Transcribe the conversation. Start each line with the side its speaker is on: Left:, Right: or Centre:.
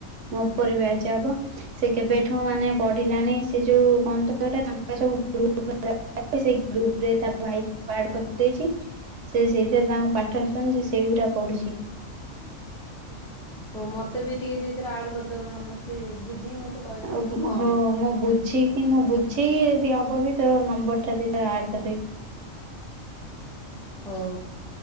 Right: ମୋ ଉପରେ ବ୍ୟାଚ ହବ ସେ କେବେଠୁ ମାନେ ପଢିଲାଣି ସେ ଯୋଉ କନ୍ତ <unintelligible> ତାଙ୍କ ସବୁ ଗ୍ରୁପ <unintelligible> ସେଇ ଗ୍ରୁପ ରେ ତା ଭାଇ ତାକୁ ଆଡ଼ କରିଦେଇଛି। ସେ ସେଇଥିରେ ତାଙ୍କୁ ପାଠ ଢୁଛନ୍ତି ସେଇଗୁଡା ପଢୁଛି।
Centre: ହଉ ମତେ ବି ଟିକେ ସେଇଥିରେ ଆଡ କରିଦବୁ ନା ମତେ ବୁଝିକି ମତେ କହିବି
Right: ଆଉ
Centre: ସେଇଟା କଣ?
Right: ହଉ ବୁଦ୍ଧ ଠିକ୍ ହଁ ମୁଁ ବୁଝିକି ଯଦି ହବ ବି ତୋ ନମ୍ବର ଟା ଦେବି ତତେ ଆଡ୍ କରିଦେବି।
Centre: ହଉ